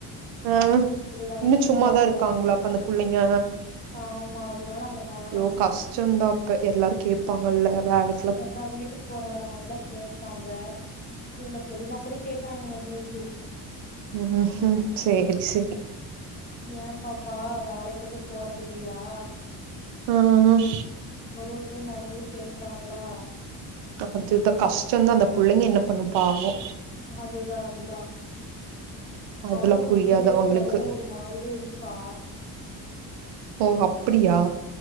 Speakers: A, on the right (about 85°); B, on the left (about 20°).
A: ஆ
B: இன்னு ஒரு வேலைக்கும்
A: இன்னு சும்மாதா
B: போகலே
A: இருக்காங்களா அப்ப அந்த புள்ளைங்க
B: ஆமா அதனால அங்க வேணா
A: ஐயோ கஷ்டந்தா அப்ப எல்லாரு கேப்பாங்கல்ல வேலைக்
B: அதா வீட்டுக் போற வரவங்கல்லா கேப்பாங்க எங்க பெரியம்மா கூட கேக்குறாங்க வந்து வந்து
A: ம்ஹு சேரி சேரி
B: ஏம் பாப்பா வேலக்கி எதுவ் போறதில்லையா
A: ம்ம்
B: ஒரொர் டைம் வரும்போது கேக்றாங்ளா
A: அதுதா கஷ்டந்தா அந்த புள்ளைங்க என்ன பண்ணு பாவோ
B: அதுதா அதுதா
A: அதெல்லா
B: அதுவு அந்த
A: புரியாது
B: புள்ளையே
A: அவங்களுக்கு
B: மொதல்ல ஒரு மாரிதா இருப்பா
A: ஓ அப்படியா